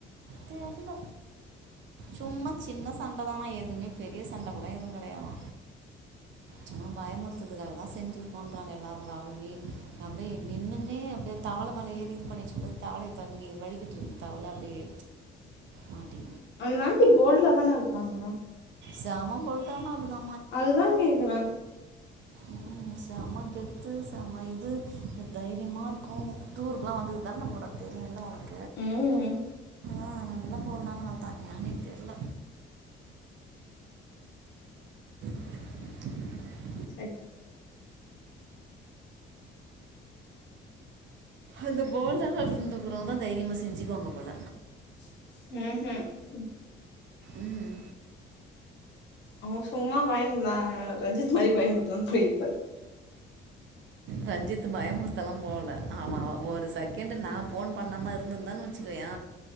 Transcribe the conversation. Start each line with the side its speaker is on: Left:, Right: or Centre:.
Right: தெர்ல சும்மா சின்ன சண்ட தானா எதுவுமே பெரிய சண்ட கூட எதுவும் கிடையாதா சும்மா பயமுறுத்துதுக்காக தா செஞ்சுருப்போன்றாங்க எல்லாரும் <unintelligible> அப்டே நின்னுகுனே அப்டே தவள மேல ஏறி இது பண்ணிச்சி போது தவளயை தண்ணி வழிகிட்ருக்கு தவள அப்டியே மாட்டி
Left: அந்தாண்டி போல்ல தான இருப்பாங்க
Right: செம பொருத்தமா இருந்தோ
Left: அதுதா கேக்குற
Right: ம் செம கெத்து செம இது அ தைரியமா இருக்கும் டூருக்குல்லா வந்துக்குதுதான நம்ம கூட தெரியுல்ல உனக்
Left: ம்
Right: ஆ நல்ல போல்டான ஆள் தா ஏனே தெர்ல <unintelligible>
Left: சரி்
Right: அந்த போல்டா இருந்தப்புறோ தா தைரியமா செஞ்சுக்குவாங்க போல
Left: ஹும்
Right: ம்
Left: அவன் சும்மா பயந் அ ரஞ்சித் மாரி பயமுறுத்துவேனு சொல்லிருப்பாரு
Right: ரஞ்சித் பயமுறுத்தெல்லா போகல ஆமா ஒரு செகண்ட் நா போன் பண்ணாம இருந்துருந்தனு வச்சுக்கயே